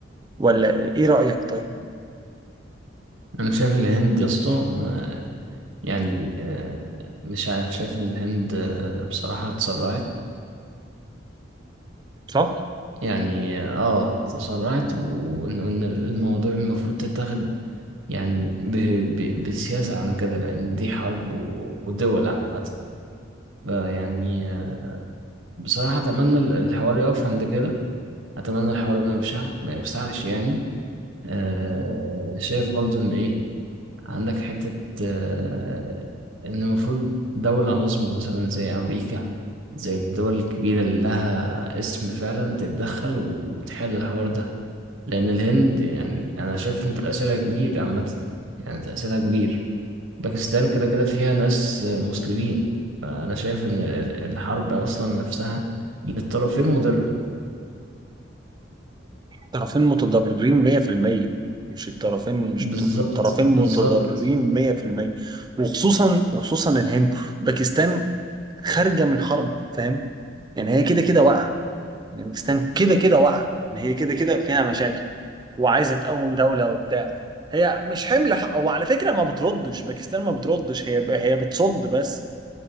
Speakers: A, on the right; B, on the right.
A: ولا ايه رايك طيب
B: أنا شايف الهند يا اسطى ما- يعني آه، مش عارف شايف إن الهند آه، بصراحة اتسرعت
A: صح
B: يعني اه تسرعت وإن وإن الموضوع المفروض تتاخد يعني ب- ب- بسياسة عن كده لأن دي حرب و- ودول عامة فيعني آه، بصراحة أتمنى الحوار يقف عند كده اتمنى الحوار ما يوسع ما يوسعش يعني آه شايف برضو ان ايه عندك حتة آه ان المفروض دولة عظمى مثلا زي امريكا زي الدول الكبيرة اللي لها اسم فعلا تتدخل وتحل الحوار ده لان الهند يعني انا شايف ان تأثيرها كبير عامة يعني تأثيرها كبير باكستان كده كده فيها ناس آه، مسلمين فانا شايف ان ال- الحرب اصلا نفسها للطرفين مضرة
A: طرفين متضررين 100% مش الطرفين مش
B: بالظبط
A: متضررين طرفين
B: بالظبط
A: متضررين 100% وخصوصا وخصوصا الهند باكستان خارجة من حرب فاهم يعني هي كده كده واقعة يعني باكستان كده كده واقعة يعني هي كده كده فيها مشاكل وعايزه تقوم دوله وبتاع هي مش حمل حق وعلى فكره ما بتردش باكستان ما بتردش هي هي بتصد بس